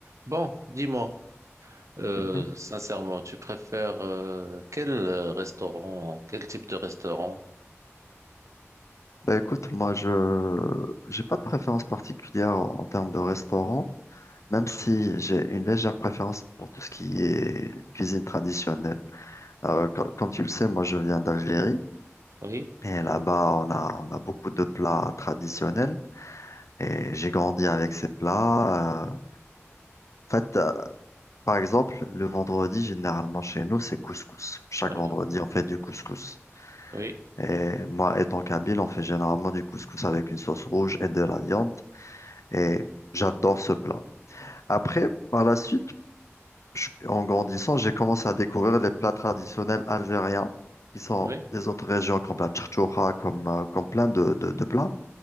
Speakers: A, on the right (about 85°); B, on the left (about 80°).
A: Bon, dis-moi, euh,
B: Mhm.
A: sincèrement, tu préfères euh, quel euh, restaurant, quel type de restaurant?
B: Bah écoute, moi je j'ai pas de préférence particulière en termes de restaurant, même si j'ai une légère préférence pour tout ce qui est cuisine traditionnelle. Euh, co- comme tu le sais, moi je viens d'Algérie
A: Oui,
B: et là-bas on a on a beaucoup de plats traditionnels et j'ai grandi avec ces plats. euh. En fait, euh, par exemple, le vendredi généralement chez nous c'est couscous. Chaque
A: voilà.
B: vendredi on fait du couscous.
A: Oui,
B: Et moi, étant kabyle, on fait généralement du couscous avec une sauce rouge et de la viande. Et j'adore ce plat. Après, par la suite, je- en grandissant, j'ai commencé à découvrir les plats traditionnels algériens qui sont
A: oui.
B: des autres régions comme la charchoura, comme, euh, comme plein de, de- de plats.